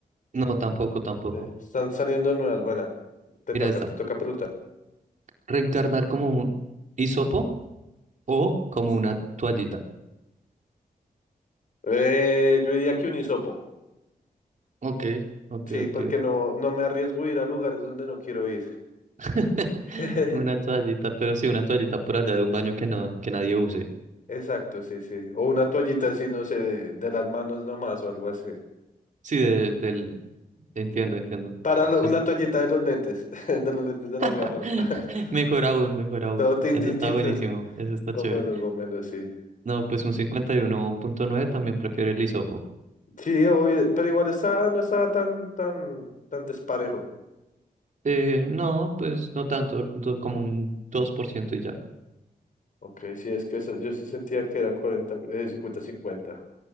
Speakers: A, on the right; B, on the left.
A: No, tampoco, tampoco.
B: Eh, están saliendo nuevas. Buena, te
A: Mira
B: toca,
A: esta.
B: te toca preguntar.
A: Reencarnar como un hisopo o como una toallita.
B: Eh, yo diría que un hisopo.
A: Ok, ok,
B: Sí,
A: ok.
B: porque no, no me arriesgo a ir a lugares donde no quiero ir.
A: <laughs>
B: <laughs>
A: Una toallita, pero sí, una toallita por allá de un baño que no, que nadie use.
B: Exacto, sí, sí. O una toallita así, no sé, de, de las manos nomás o algo así.
A: Sí, de- del Entiendo, entiendo.
B: Para lo- una
A: Es-
B: toallita de los lentes, <laughs> de los lentes de las gafas.
A: <laughs>
B: <laughs>
A: Mejor aún, mejor aún.
B: Todo tin,
A: Eso
B: tin,
A: está
B: tin.
A: buenísimo,
B: <laughs>
A: eso está
B: Gomelo,
A: chévere.
B: gomelo, sí.
A: No, pues un 51.9 también prefiere el hisopo.
B: Sí, obvio, pero igual está, no estaba tan, tan, tan desparejo.
A: Eh, no, pues no tanto, do- como un 2% y ya.
B: Ok, sí, es que esa- yo sí sentía que era 40, eh, 50-50.